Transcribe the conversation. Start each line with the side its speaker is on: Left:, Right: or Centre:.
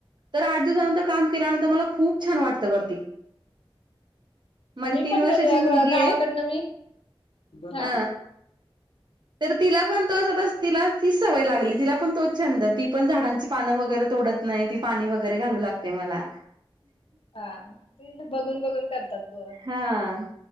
Right: तर आठ दिवसानंतर
Left: हा
Right: काम केल्यानंतर मला, खूप छान वाटतं वरती. माझी
Left: मी
Right: तीन
Left: पण
Right: वर्षाची
Left: कधी
Right: मुलगीय.
Left: ग गावाकडनं मी हा
Right: अ. तर तिला पण तोच आता, तिला तीच सवय लागली. तिला पण तोच छंद. ती पण झाडांची पानं वगैरे तोडत नाही. ती पाणी वगैरे घालू लागते मला.
Left: हा. ते बघून- बघून करतात पोरं.
Right: हा.